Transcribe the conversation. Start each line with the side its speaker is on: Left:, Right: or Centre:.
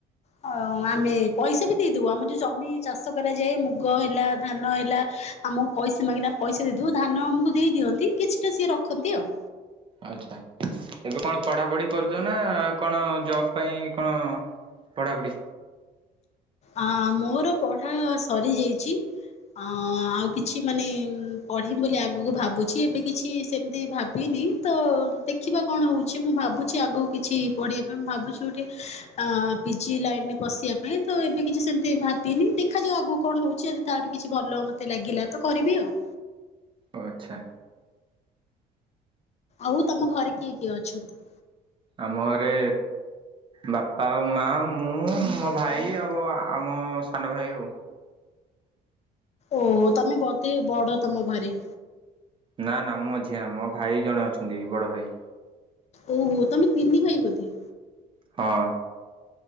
Left: ହଁ ଆମେ ପଇସାବି ଦେଇଦବୁ, ଆମର ଯୋଉ ଜମି ଚାଷ କରାଯାଏ ମୁଗ ହେଲା ଧାନ ହେଲା ଆମକୁ ପଇସା ମାଗିଲେ ଆମେ ପଇସା ଦେଇଦଉ ଧାନ ଆମକୁ ଦେଇ ଦିଅନ୍ତି କିଛିଟା ସିଏ ରଖନ୍ତି ଆଉ।
Right: ଆଚ୍ଛା ଏବେ କଣ ପଢ଼ାପଢି କରୁଚ ନା କଣ ଜବ୍ ପାଇଁ କଣ? ପଢ଼ାପଢ଼ି?
Left: ହଁ ମୋର ପଢ଼ା ସରି ଯାଇଚି। ହଁ ଆଉ କିଛି ମାନେ ପଢ଼ିମି ବୋଲି ଆଗକୁ ଭାବୁଛି ଏବେ କିଛି ସେମିତି ଭାବିନି। ତ ଦେଖିବା କଣ ହଉଛି ମୁଁ ଭାବୁଛି ଆଗକୁ କିଛି ପଢ଼ିବା ପାଇଁ ମୁଁ ଭାବୁଛି ଗୋଟେ ଆଁ ପିଜି ଲାଇନରେ ପଶିବା ପାଇଁ। ତ ଏବେ କିଛି ସେମିତି ଭାବିନି ଦେଖାଯାଉ ଆଗକୁ କଣ ହଉଛି ଯଦି ତାଠୁ କିଛି ଭଲ ମୋତେ ଲାଗିଲା ତ କରିବି ଆଉ।
Right: ଓ ଆଚ୍ଛା।
Left: ଆଉ ତମ ଘରେ କିଏ କିଏ ଅଛନ୍ତି?
Right: ଆମ ଘରେ ବାପା ଆଉ ମା ମୁଁ ମୋ ଭାଇ ଆଉ ଆମ ସାନ ଭାଇ ଆଉ
Left: ଓହୋ ତମେ ବତେ ବଡ ତମ ଘରେ
Right: ନା ନା ମୁଁ ଅଝିଆ ମୋ ଭାଇ ଜଣେ ଅଛନ୍ତି ବଡ ଭାଇ।
Left: ଓହୋ ତମ ତିନି ଭାଇ ବଧେ
Right: ହଁ।